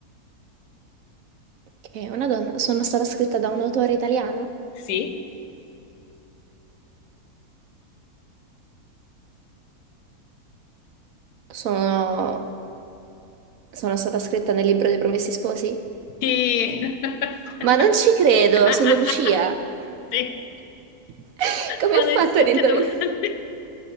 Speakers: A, on the right (about 65°); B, on the left (about 75°).
A: che è una donna. Sono stata scritta da un autore italiano.
B: Sì?
A: Sono, sono stata scritta nel libro dei Promessi Sposi.
B: Sì!
A: Ma non
B: <laughs>
A: ci credo, sono Lucia.
B: Sì.
A: <laughs> Come
B: Ma
A: ho fatto
B: le sette
A: ad indovinare?
B: domande.